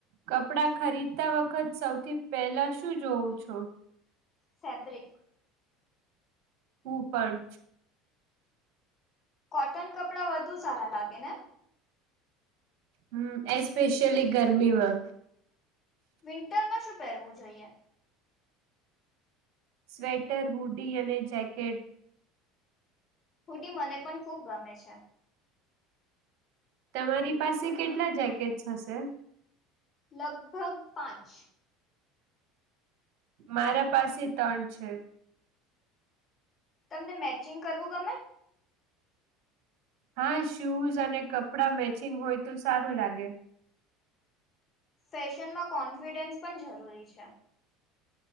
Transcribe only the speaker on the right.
કપડા ખરીદતા વખત સૌથી પહેલા શું જોવં છો
હું પણ
હમ એસ્પેશિયલી ગરમીમાં
સ્વેટર હુડી અને જેકેટ
તમારી પાસે કેટલા જેકેટસ હશે
મારા પાસે ત્રણ છે
હા શૂઝ અને કપડા મેચિંગ હોય તો સારું લાગે